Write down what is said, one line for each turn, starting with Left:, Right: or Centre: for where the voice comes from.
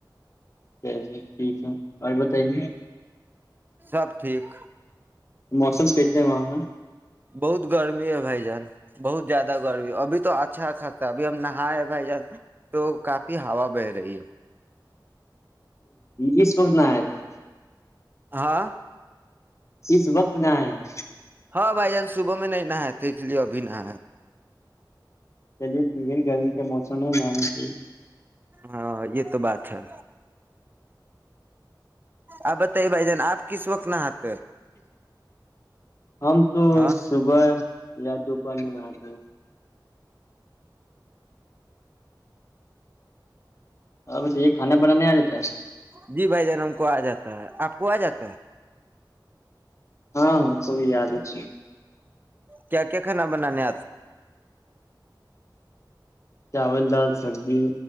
Left: چلیے ٹھیک ہے اور بتائیے
Right: سب ٹھیک
Left: موسم کیسے ہیں وہاں کا
Right: بہت گرمی ہے بھائی جان بہت زیادہ گرمی ابھی تو اچھا خرصہ ابھی ہم نہاائے بھائی جان تو کافی ہا بہ رہی ہے
Left: اس وقت نہ آئے تھے
Right: ہاں <unintelligible>
Left: اس وقت میںئے ہیں
Right: ہاں بھائی جان صبح میں نہیں نہئے تھے اس لیے ابھی نہ
Left: چلیے تیر گرمی کے موسم ہے معان صی
Right: ہاں یہ تو بات ہے آپ بتائیے بھائی جان آپ کس وقت نہات
Left: ہم تو
Right: ہاں
Left: صبح یا دوپہر میں میں آ تو ہاں بس یہ کانا بنانا نہیں آ جات
Right: جی بھائی جنم کو آ جاتا ہے آپ کوا جات
Left: ہاں ہم کو بھی آیاج اچ
Right: کیا کیا کھانا بنانے آپ
Left: چاول دال سبزی